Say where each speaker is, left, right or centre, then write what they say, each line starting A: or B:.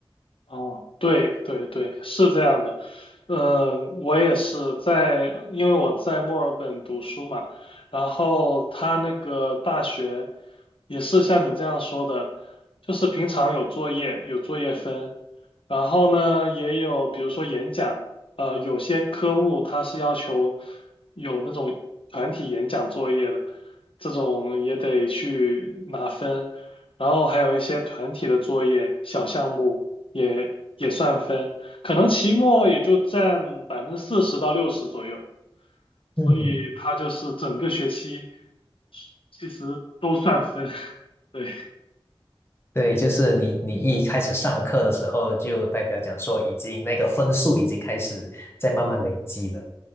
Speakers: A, on the left; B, on the left.
A: 哦，对对对，是这样的。呃，我也是在，因为我在墨尔本读书嘛，然后他那个大学也是像你这样说的，就是平常有作业，有作业分，然后呢也有比如说演讲，呃，有些科目它是要求有那种团体演讲作业的，这种也得去拿分。然后还有一些团体的作业、小项目，也也算分，可能期末也就占百分之四十到六十左右，所以它就是整个学期
B: 嗯，
A: 其实都算分。<laughs>
B: 对，就是你你一开始上课的时候，就代表讲说已经那个分数已经开始在慢慢累积了。